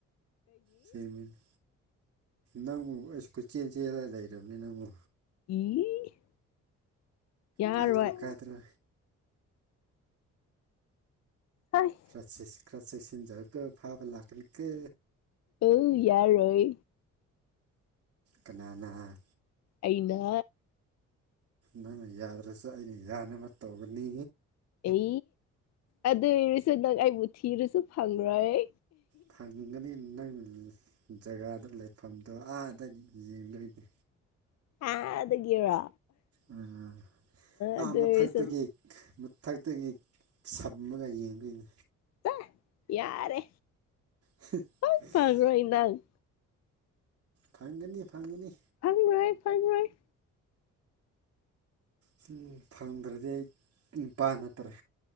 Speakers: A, on the right (about 50°); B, on the left (about 60°).
A: ꯁꯦꯡꯕꯅꯤ ꯅꯪꯕꯨ ꯑꯩꯁꯨ ꯀꯣꯢꯆꯦꯟ ꯆꯦꯂ ꯂꯩꯔꯕꯅꯤ ꯅꯪꯕꯨ꯫
B: ꯏ ꯌꯥꯔꯣꯏ
A: ꯀꯥꯏꯗ꯭ꯔꯣ ꯀꯥꯏꯗ꯭ꯔꯣ
B: ꯍꯏ <inaudible>
A: ꯈꯔꯥ ꯆꯦꯁ ꯈꯔ ꯆꯦꯁꯤꯟꯖꯧꯀꯣ ꯐꯥꯕ ꯂꯥꯛꯀꯅꯤꯀꯣ꯫
B: ꯑꯧ ꯌꯥꯔꯣꯏ
A: ꯀꯅꯥꯅꯥ
B: ꯑꯩꯅ
A: ꯅꯪꯅ ꯌꯥꯗ꯭ꯔꯁꯨ ꯑꯩꯅ ꯌꯥꯅꯕ ꯇꯧꯒꯅꯤ꯫
B: ꯏ ꯑꯗꯨ ꯑꯣꯏꯔꯁꯨ ꯅꯪ ꯑꯩꯕꯨ ꯊꯤꯔꯁꯨ ꯐꯪꯪꯔꯣꯏ꯫
A: ꯐꯪꯒꯅꯤ ꯅꯪ ꯖꯒꯥꯗ ꯂꯩꯐꯝꯗꯣ ꯑꯥꯗꯒꯤ ꯌꯦꯡꯗꯣꯔꯤꯅꯦ
B: ꯑꯥꯗꯒꯤꯔꯣ
A: ꯎꯝ ꯑꯥ
B: ꯑꯗꯨ
A: ꯃꯊꯛꯇꯒꯤ꯫
B: ꯑꯣꯏꯔꯁꯨ
A: ꯃꯊꯛꯇꯒꯤ ꯁꯝꯃꯒ ꯌꯦꯡꯗꯣꯏꯅꯤ꯫
B: ꯇꯥ ꯌꯥꯔꯦ꯫
A: ꯍꯤ ꯑ
B: ꯁꯨꯡ
A: <inaudible>
B: ꯐꯪꯔꯣꯏ ꯅꯪ
A: ꯐꯪꯒꯅꯤ ꯐꯪꯒꯅꯤ꯫
B: ꯐꯪꯔꯣꯏ ꯐꯪꯔꯣꯏ꯫
A: ꯁꯨꯝ ꯐꯪꯗ꯭ꯔꯗꯤ ꯑꯩ ꯅꯨꯄꯥ ꯅꯠꯇꯔꯦ꯫